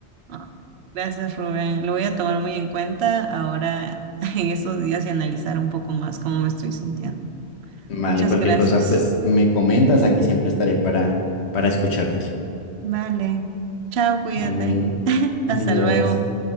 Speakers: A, on the right (about 75°); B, on the left (about 75°).
A: Ah, Gracias, Rubén. Lo voy a tomar muy en cuenta ahora <laughs> en estos días y analizar un poco más cómo me estoy sintiendo.
B: Vale,
A: Muchas
B: cualquier
A: gracias.
B: cosa pues me comentas, aquí siempre estaré para, para escucharte.
A: Vale. Chao, cuídate.
B: Vale, adiós.
A: Hasta luego.